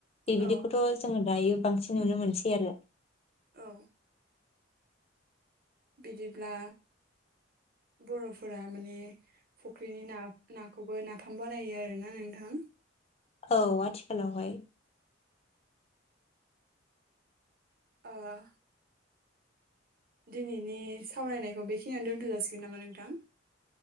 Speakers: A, on the left (about 30°); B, on the right (about 50°).
A: बेबायदिखौथ'
B: औ
A: जोङो गायो बांसिन नुनो मोनसै आरो
B: औ बिदिब्ला बर'फोरा माने फुख्रिनि ना नाखौबो नाफाम बानायो आरोना नोंथां
A: औ आथिखालावहाय
B: <inaudible> दिनैनि सावरायनायखौ बेखिनियानो दोनथ' जासिगोन नामा नोंथां